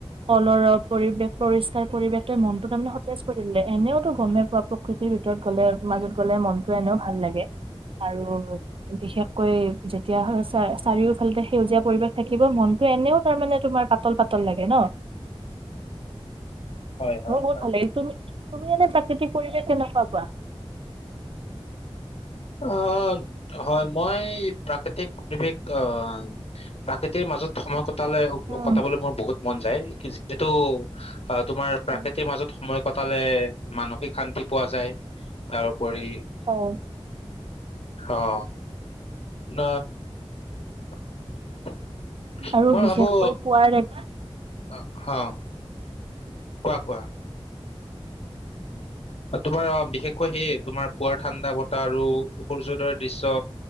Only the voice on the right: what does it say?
কল্লৰ পৰিৱেশ পৰিষ্কাৰ পৰিৱেশটোৱে মনটো তাৰমানে সতেজ কৰি দিলে এনেওতো গমেই পোৱা প্ৰকৃতিৰ ভিতৰত গলে মাজত গলে মনটো এনেও ভাল লাগে আৰু বিশেষকৈ যেতিয়া চাৰিওফালেতে সেউজীয়া পৰিৱেশ থাকিব মনটো এনেও তাৰমানে তোমাৰ পাতল পাতল লাগে ন
মো বহুত
ভাল লাগিল তুমি তুমি এনে প্ৰাকৃতিক পৰিৱেশ কেনেকুৱা পোৱা?
উম,
উম।
হয়
আৰু
বিশেষকৈ
পুৱাৰ <inaudible>